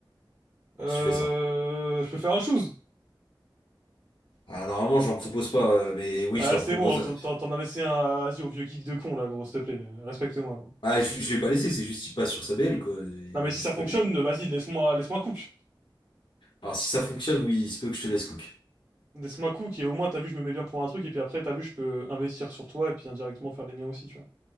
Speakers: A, on the right (about 40°); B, on the left (about 70°).
A: Euh,
B: Si tu fais ça.
A: je peux faire un chose.
B: Ah normalement je j'en propose pas, euh, mais oui
A: Ah,
B: je t'en
A: c'est
B: propose.
A: bon, t'en
B: un.
A: t'en- t'en as laissé un, euh, vas-y, au vieux geek de con, là, gros, s'il te plaît, respecte-moi, gros.
B: Ah je, je l'ai pas laissé, c'est juste il passe sur sa BL quoi. Il-
A: Non, mais si
B: c'est
A: ça fonctionne,
B: pas lui.
A: vas-y, laisse-moi, laisse-moi cook.
B: Alors si ça fonctionne, oui, il se peut que je te laisse cook.
A: Laisse-moi cook, et au moins, t'as vu, je me mets bien pour un truc, et puis après, t'as vu, je peux investir sur toi, et puis indirectement faire les miens aussi, tu vois.